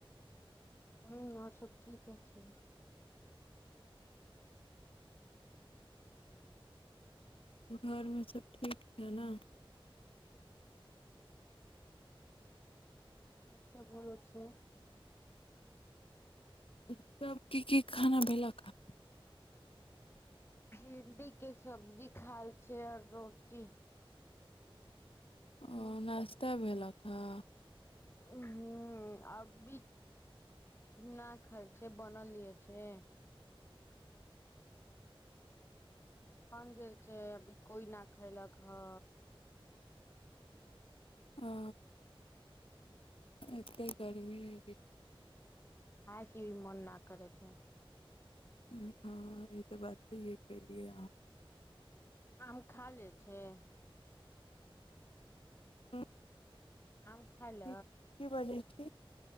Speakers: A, on the left; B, on the left.
A: हूँ आओर सब ठीके छै
B: घरमे सभ ठीक छै न
A: आओर सब बोलो छै
B: सभ की की खाना भेलक आ
A: भिंडी के सब्जी खाल छै आओर रोटी
B: ओ नाश्ता भेलक हें
A: हूँ अभी ना खाल छै बनेले छै बन गेल छै अभी कोइ न खैलक हँ
B: ओ एतऽ गर्मी हइ की
A: हँ कि मन नहि आ करैते
B: हँ ई तऽ बात सहीए केलियै हन
A: आम खा ले छै
B: अहाँ
A: आम खाय ल
B: की बजै छी